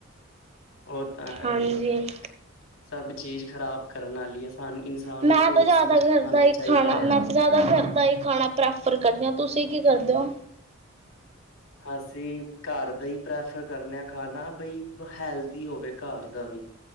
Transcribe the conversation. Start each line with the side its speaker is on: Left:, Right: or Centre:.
Left: ਓ ਤਾਂ ਹੈ
Right: ਹਾਂਜੀ
Left: ਈ। ਸਭ ਚੀਜ਼ ਖ਼ਰਾਬ ਕਰਨ ਆਲੀ- ਕੀ ਸਾਨ ਇਨਸਾਨ
Right: ਮੈਂ
Left: ਨੂੰ ਸੋਚ
Right: ਤਾਂ ਜ਼ਿਆਦਾ
Left: ਸਮਝ ਕੇ
Right: ਘਰ
Left: ਖਾਣਾ
Right: ਦਾ ਹੀ
Left: ਚਾਈਦਾ ਆ।
Right: ਤਾਂ ਜ਼ਿਆਦਾ ਮੈਂ ਘਰ ਦਾ ਈ ਖਾਨਾ ਪ੍ਰੈਫਰ ਕਰਨੀ ਆ। ਤੁਸੀਂ ਕੀ ਕਰਦੇ ਓ?
Left: ਅਸੀਂ ਘਰ ਦਾ ਈ ਪ੍ਰੈਫਰ ਕਰਨੇ ਆ ਖਾਨਾ। ਬਈ ਹੈਲਦੀ ਹੋਵੇ ਘਰ ਦਾ ਵੀ।